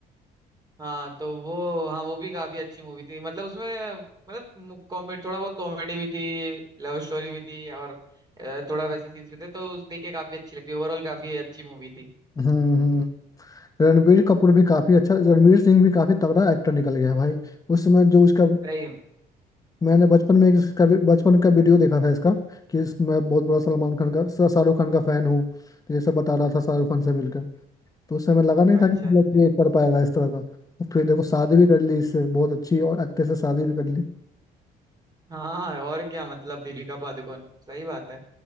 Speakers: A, on the right; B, on the left.
A: हाँ तो वो हाँ वो भी काफी अच्छी मूवी थी मतलब उसमें मतलब कॉमेडी थोड़ा बहुत कॉमेडी भी थी लव स्टोरी भी थी और अ, थोड़ा वैसे सीन्स भी थे तो उस देख के काफी अच्छी लगती है। ओवरऑल काफी अच्छी मूवी थी
B: हम्म हम्म। रणबीर कपूर भी काफी अच्छा रणवीर सिंह भी काफी तगड़ा एक्टर निकल गया है भाई उस समय जो उसका
A: सही
B: मैंने बचपन में एक इसका भी- बचपन का वीडियो देखा था इसका कि इस- मैं बहुत बड़ा सलमान खान का श- शाहरुख खान का फैन हूँ तो ये सब बता रहा था शाहरुख खान से मिलकर तो उस समय लगा नहीं
A: अच्छा
B: था कि मतलब
A: अच्छा
B: ये कर पाएगा इस तरह का तो फिर देखो शादी भी कर ली इससे बहुत अच्छी और एक्ट्रेस से शादी भी कर ली
A: हाँ और क्या मतलब दीपिका पादुकोण सही बात है